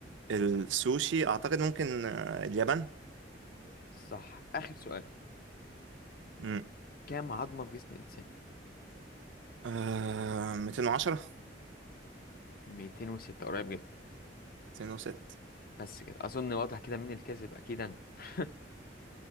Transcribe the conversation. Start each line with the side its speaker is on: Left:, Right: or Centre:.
Right: السوشي أعتقد ممكن آه اليابان
Left: صح اخر سؤال
Right: مم.
Left: كام عظمة في جسم الانسان
Right: آه 210
Left: 206 قريب جدا
Right: 206 <laughs>
Left: بس كده اظن واضح كده مين الكذب اكيد انا <laughs>